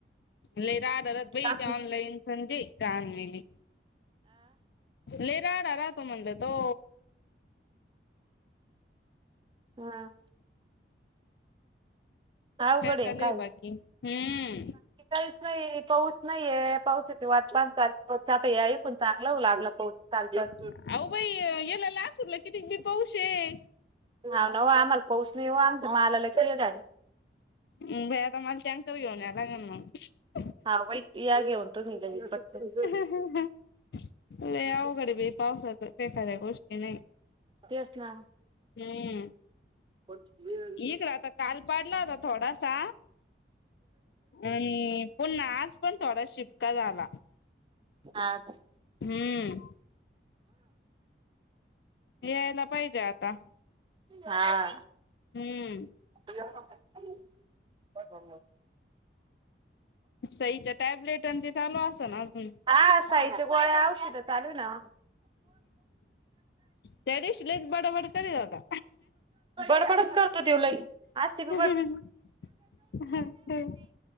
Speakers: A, on the left; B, on the right.
A: ल रातरत बई
B: आ
A: ते ऑनलाईन संजे कान मली लई राडा रा राहतो. म्हणलं तो
B: हां आवघडेन
A: चालू
B: काय?
A: आहे बाकी? हम्म.
B: काहीच नाही पाऊस नाहीये पाऊसाचे वाटपातात चालछताई पण चांगला होऊ लागला. पाऊस चालतं..
A: अहो बाई येलाला. लासूर ला किती पाऊस आहे
B: नाव ना आम्हाला पाऊस नाही. आम मालाला आला का गाडी
A: ह भई आता मला टँकर घेऊन या. लागेल मग..
B: हां वई या घेऊन. तुम्ही दोघि पटकन
A: हम् हम.. लई अवघडे बई पावसाच काय खऱ्या गोष्टी नाही.
B: यस मॅम..
A: हम्म..
B: हो.
A: एकक राता काल पडला होता. थोडासा आणि.. पुन्हा आजपण थोडा शिपका झाला.
B: हां..
A: हम्म. यांयला पाहिजे आता..
B: हां..
A: हम्म..
B: काय ग? <inaudible>
A: सईच्या टॅबलेट आणि ते चालू असतं ना अजून
B: हा साईच्या गोळ्या औषध तर चालूयं ना
A: त्यादिवशी लईच बडबड करीत होता.
B: बडफडच करतो. तेवलई आज सिड
A: ह हम्..